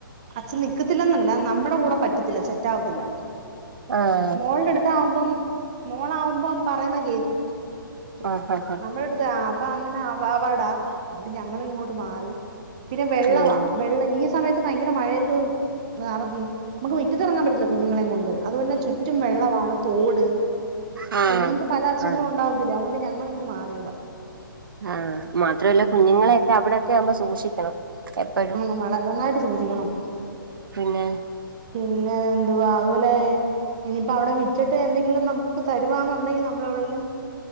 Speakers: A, on the right (about 20°); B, on the right (about 70°).
A: അച്ഛൻ നിക്കത്തില്ലന്നല്ല നമ്മടെ കൂടെ പറ്റത്തില്ല സെറ്റാവത്തില്ല
B: ആഹ്
A: മോൾടെ അടുത്താവുമ്പം മോളാവുമ്പോ പറയുന്ന കേക്കും
B: ആഹ് ആഹ്
A: നമ്മളെ അടുത്ത് ആഹ് അപ്പൊ അങ്ങനെ ആ വാവാടാ അതുകൊണ്ട് ഞങ്ങളിങ്ങോട്ട് മാറി പിന്നെ വെള്ളവാ
B: ഉം
A: വെള്ള ഈ സ് ഈ സമയത്ത് ഭയങ്കര മഴയത്ത് നറഞ്ഞ് നമ്മക്ക് മിറ്റത്തെറങ്ങാൻ പറ്റത്തില്ല കുഞ്ഞുങ്ങളെയും കൊണ്ട് അതുപോലെ ചുറ്റും വെള്ളവാണ് തോട്
B: ആഹ്
A: കുഞ്ഞുങ്ങക്ക് പല അസുഖങ്ങളും
B: ആഹ്
A: ഒണ്ടാവത്തില്ലെ അതുകൊണ്ട് ഞങ്ങളിങ്ങ് മാറിയതാ
B: ആഹ് മാത്രല്ല
A: ഉം
B: കുഞ്ഞുങ്ങളെയൊക്കെ അവിടെക്കെ ആവുമ്പോ സൂക്ഷിക്കണം എപ്പഴും
A: ങ്ങളെ നന്നായിട്ട് സൂക്ഷിക്കണം
B: പിന്നെ
A: പിന്നെ എന്തുവാ അതുപോലെ ഇനിയിപ്പ അവിടെ വിറ്റിട്ട് എന്തെങ്കിലും നമ്മക്കൊക്കെ തരുവാന്നൊണ്ടെങ്കി നമ്മള് എവിടെലും